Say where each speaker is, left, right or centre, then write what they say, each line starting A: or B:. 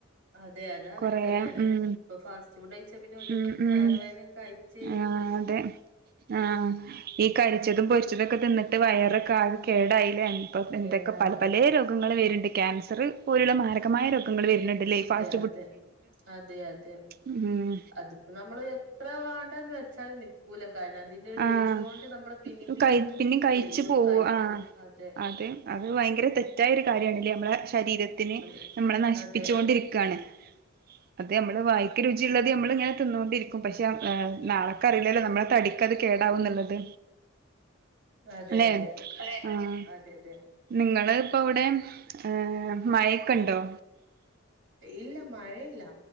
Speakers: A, on the right (about 65°); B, on the right (about 45°).
A: അതെ അതാ അങ്ങനെ
B: കൊറേ
A: തന്നെയാണ്
B: ഉം
A: ഇപ്പൊ ഫാസ്റ്റ് ഫുഡ് കഴിച്ചാ പിന്നെ ഓരോരുത്തർക്ക്
B: ഉം ഉം
A: വയർ വേനൊക്കെ ആയിറ്റ്
B: ആഹ് അതെ ആഹ് ഈ കരിച്ചതും പൊരിച്ചതൊക്കെ തിന്നിട്ട് വയറൊക്കെ ആ കേടായില്ലേ എന്തൊക്കെ
A: കേടാണ്
B: പല പല രോഗങ്ങൾ വരുന്നുണ്ട് ക്യാൻസർ പോലുള്ള മാരകമായ രോ ഗങ്ങൾ വരുന്നുണ്ട്ല്ലേ ഇ ഫാസ്
A: അതെ അതെ അതെ
B: ഉം
A: അതിപ്പോ നമ്മൾ എത്ര വാ ണ്ടാന്ന് വെച്ചാല് നിക്കൂല കാരണം അതിന്റെ രുചിയോണ്ട്
B: ആഹ്
A: നമ്മള് പിന്നിം പിന്നിം
B: കയി പിന്നെ കഴിച്ചു
A: ചെല്ലും
B: പോവ
A: കഴിക്കും
B: ആഹ്
A: അതെ
B: അത് അത് ഭയങ്കര തെറ്റായ ഒരു കാര്യാണല്ലേ നമ്മളെ ശരീരത്തിന്
A: അതെ
B: നമ്മളെ നശിപ്പിച്ചോണ്ടിരിക്കാണ്
A: അതെ
B: അതെ നമ്മള് വായിക്ക്‌ രുചിള്ളത് നമ്മള് ഇങ്ങനെ തിന്നോണ്ടിരിക്കും പക്ഷെ ഏഹ് നാളക്ക്‌ അറിയില്ലല്ലോ നമ്മള തടിക്ക് അത് കേടാവുന്നുള്ളത്
A: അതെ
B: അല്ലെ
A: അതെ
B: ആഹ്
A: അതെ അതെ
B: നിങ്ങള് പ്പോവിടെ ഹേ മയെക്ണ്ടോ
A: ഇല്ല മഴയില്ല